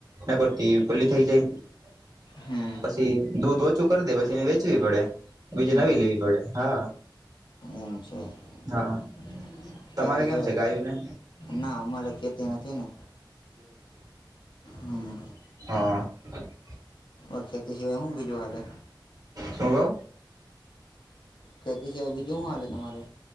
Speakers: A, on the right; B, on the left.
A: ન કરતી પલ્લી થઈ જાય
B: હમ
A: પછી દૂધ ઓછું કરી દે પછી એને વેચવી પડે બીજે
B: હમ
A: નવી લેવી પડે. હા.
B: <unintelligible>
A: હા તમારે
B: ખેતી
A: કેમ
B: છે?
A: ગાયું ને
B: ના અમારે ખેતી નથી ને. હમ.
A: હ.
B: ઓખેતી સિવાય હું બીજું હાલે
A: શું કવ
B: ખેતી સીવાય બીજું હું હાલે તમારે?